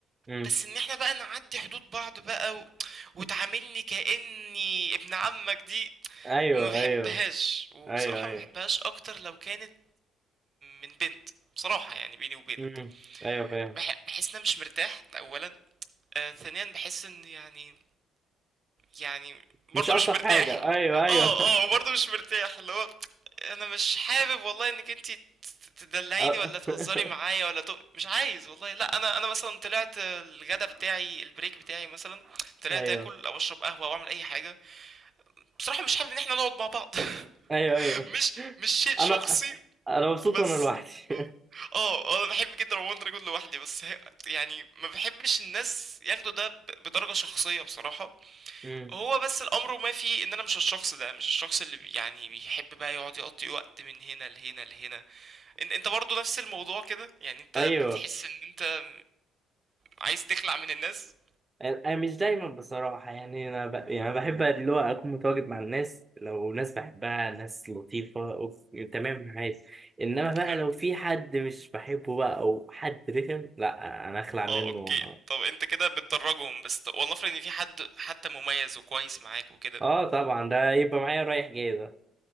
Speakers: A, on the right; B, on the right.
A: امم
B: بس ان احنا بقى نعدي حدود بعض بقى و... وتعاملني كأني ابن عمك دي
A: ايوه
B: ما بحبهاش
A: ايوه
B: وبصراحة
A: ايوه ايوه
B: ما بحبهاش اكتر لو كانت من بنت بصراحة يعني بيني وبينك
A: امم ايوه فاهم
B: بح- بحس ان انا مش مرتاح ده اولا آه ثانيا بحس ان يعني يعني برضه
A: مش الطف
B: مش مرتاح
A: حاجه ايوه ايوه
B: اه اه برضه مش مرتاح اللي هو انا مش حابب والله انك انت تدلعيني
A: أ-
B: ولا تهزري
A: <laughs>
B: معايا ولا تق... مش عايز والله لا انا انا مثلا طلعت الغدا بتاعي البريك بتاعي مثلا طلعت
A: ايوه
B: اكل او اشرب قهوه او اعمل اي حاجه بصراحه مش حابب ان احنا نقعد مع بعض <laughs>
A: ايوه ايوه
B: مش مش شيء شخصي
A: انا انا مبسوط
B: بس
A: وانا لوحدي <laughs>
B: اه انا بحب جدا عموما ان انا اكون لوحدي بس هي يعني ما بحبش الناس ياخدوا ده ب- بدرجة شخصية بصراحة
A: امم
B: هو بس الامر ما فيه ان انا مش الشخص ده مش الشخص اللي بي- يعني بيحب بقى يقعد يقضي وقت من هنا لهنا لهنا ان انت برضو نفس الموضوع كده يعني انت
A: ايوه
B: بتحس ان انت عايز تخلع من الناس
A: انا مش دايما بصراحه يعني انا ب... يعني بحب اللي هو اكون متواجد مع الناس لو ناس بحبها ناس لطيفه أوف... تمام معايا انما بقى
B: حلو
A: لو في حد مش بحبه بقى او حد رخم لا انا اخلع منه
B: اه اوكي طب انت كده بتدرجهم بس والله افرض ان في حد حتى مميز وكويس معاك وكده
A: اه طبعا ده يبقى معايا رايح جاي ده